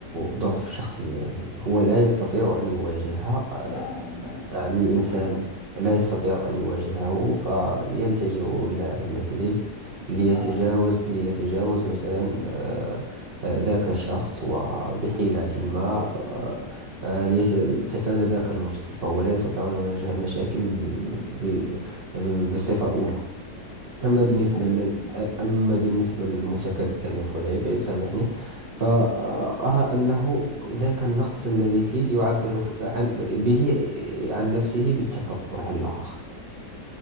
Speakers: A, on the right; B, on the left.
A: ضعف شخصية يعني هو لا يستطيع أن يواجه
B: نعم نعم
A: نعم الإنسان
B: نعم
A: لا يستطيع أن يواجهه فيلتجئ إلى أن يكذب ليتجاوز
B: نعم
A: ليتجاوز مثلا آه، آه، ذاك الشخص وبحيلة ما آه، آه، ليتفادى ذاك المشكل فهو لا يستطيع أن يواجه المشاكل ب- ب- ب- بصفة أولى أما بالنسبة
B: أيوه
A: لل...
B: نعم
A: أما بالنسبة للمتكبر يا صديقي سامحني فأرى أنه ذاك النقص الذي فيه يعبر ف- عن به عن نفسه بالتكبر على الآخر